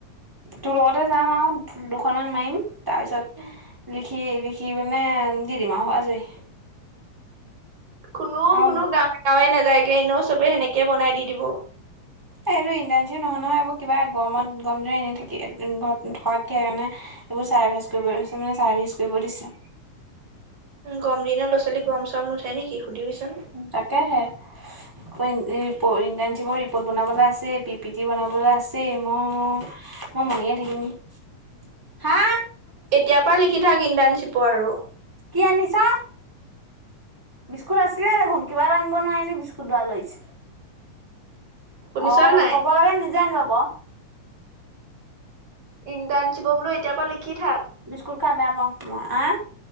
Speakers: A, in the centre; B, on the right.
A: তোৰ লগতে যাম আৰু দুখনমান মাৰিম তাৰপিছত।
B: <unintelligible>
A: লিখি, লিখি পিনে দি দিম আৰু আজৰি।
B: কোনো,
A: আৰু
B: কোনো গাঁৱে গাঁৱে নাযায়গে এনেও চবে সেনেকে বনাই দি দিব।
A: এইটো ইণ্টাৰ্ণশ্বিপ নহয়, নহয় এইবোৰ কিবা গৰমত গম দিনত এনেই থাকি। <unintelligible> এইবোৰ চাৰ্ভিচ কৰিব দিছে <unintelligible> চাৰ্ভিছ কৰিব দিছে।
B: গৰম দিনত ল'ৰা ছোৱালীৰ গৰম চৰম নুঠে নেকি সুধিবিচোন।
A: তাকেহে। <unintelligible> ইণ্টাৰ্ণশ্বিপৰ ৰিপৰ্ট বনাবলৈ আছে পি পি টি বনাবলৈ আছে মোৰ। মই মৰিয়ে থাকিম নেকি হা।
B: এতিয়াৰ পৰা লিখি থাক ইণ্টাৰ্ণশ্বিপৰ আৰু।
A: কি আনিছা। বিস্কুট আছিলে দেখোন কিবা এটা আনিব নোৱাৰিলি বিস্কুট <unintelligible> লৈ আহিছে।
B: শুনিছ
A: অ
B: নাই
A: ক'ব লাগে নিজে আনিব ক'।
B: ইণ্টাৰ্ণশ্বিপৰ বোলো এতিয়াৰ পৰা লিখি থাক।
A: বিস্কুট খাই বেয়া পাওঁ মই আ।